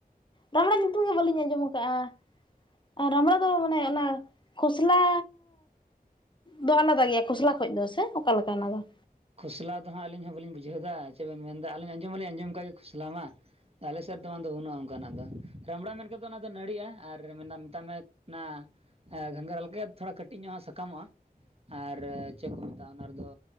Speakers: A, on the left; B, on the right.
A: ᱨᱟᱢᱵᱽᱲᱟ ᱧᱩᱛᱩᱢ ᱜᱮ ᱵᱟᱹᱞᱤᱧ ᱟᱸᱡᱚᱢ ᱟᱠᱟᱜ-ᱟ᱾ ᱟᱨ ᱨᱟᱢᱵᱽᱲᱟ ᱫᱚ ᱢᱟᱱᱮ ᱚᱱᱟ ᱠᱷᱚᱥᱞᱟ ᱫᱚ ᱟᱞᱟᱫᱟ ᱜᱮᱭᱟ ᱠᱷᱚᱥᱞᱟ ᱠᱷᱚᱡ ᱫᱚ, ᱥᱮ ᱚᱠᱟᱞᱮᱠᱟ ᱚᱱᱟ ᱫᱚ?
B: ᱠᱷᱚᱥᱞᱟ ᱫᱚ ᱦᱟᱸᱜ ᱟᱹᱞᱤᱧ ᱦᱚᱸ ᱵᱟᱹᱞᱤᱧ ᱵᱩᱡᱷᱟᱹᱣᱫᱟ ᱪᱮᱫ ᱵᱤᱱ ᱢᱮᱱᱫᱟ ᱟᱹᱞᱤᱧ ᱟᱸᱡᱚᱢ ᱢᱟᱞᱤᱧ ᱟᱸᱡᱚᱢ ᱠᱟᱜ ᱜᱮ ᱠᱷᱚᱥᱞᱟ ᱢᱟ᱾ ᱟᱞᱮ ᱥᱮᱫ ᱫᱚ ᱵᱟᱝᱫᱚ ᱵᱟᱹᱱᱩᱜ-ᱟ ᱚᱝᱠᱟᱱᱟᱜ ᱫᱚ ᱨᱟᱢᱵᱽᱲᱟ ᱢᱮᱱ ᱠᱮᱫ ᱫᱚ ᱚᱱᱟ ᱫᱚ ᱱᱟᱹᱲᱤᱜ-ᱟ, ᱟᱨ <unintelligible> ᱢᱮᱛᱟᱜ ᱢᱮ ᱚᱱᱟ ᱜᱷᱟᱸᱜᱽᱨᱟ ᱞᱮᱠᱟ ᱛᱷᱚᱲᱟ ᱠᱟᱹᱴᱤᱡ ᱧᱚᱜᱟᱜ ᱥᱟᱠᱟᱢᱚᱜ-ᱟ᱾ ᱟᱨ ᱪᱮᱫ ᱠᱚ ᱢᱮᱛᱟᱜ-ᱟ ᱚᱱᱟ ᱨᱮᱫᱚ